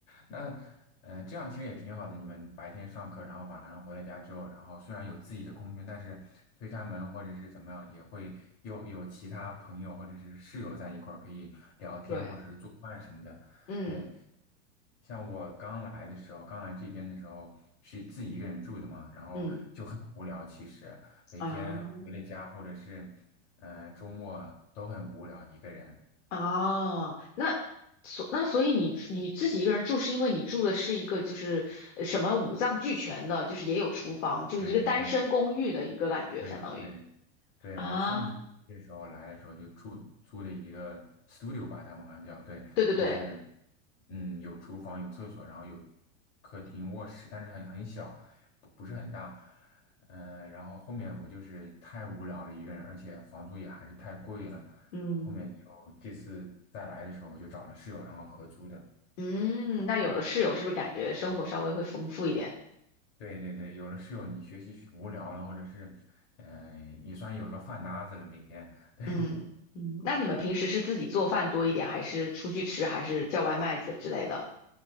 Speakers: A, on the left; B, on the left.
A: 那，嗯、这样其实也挺好的。你们白天上课，然后晚上回到家之后，然后虽然有自己的空间，但是推开门或者是怎么样，也会又有其他朋友或者是室友在一块儿可以聊天或者是做饭什么的。
B: 对，嗯
A: 对，像我刚来的时候，刚来这边的时候是自己一个人住的嘛，然后就很无聊。
B: 嗯
A: 其实每天回了家或者是，
B: 啊，
A: 呃，周末都很无聊，一个人。
B: 啊，那所那所以你你自己一个人住，是因为你住的是一个就是呃什么五脏俱全的，就是也有厨房，就是一个单身公寓的一个感觉，
A: 对对对对对对。
B: 相当于
A: 对，
B: 啊，
A: 我上学的时候来的时候就住租的一个 studio 吧，他们好像叫，对，
B: 对对对，
A: 就是嗯有厨房有厕所，然后有客厅卧室，但是很很小，不不是很大，嗯、然后后面我就是太无聊了一个人，而且房租也还是太贵了，
B: 嗯
A: 后面就这次再来的时候我就找了室友，然后合租的。
B: 嗯，那有了室友，是不是感觉生活稍微会丰富一点？
A: 嗯对对对，有了室友，你学习学无聊了，或者是，嗯、也算有个饭搭子了，每天，<laughs> 对，
B: 嗯嗯，那你们平时是自己做饭多一点，还是出去吃，还是叫外卖子之类的？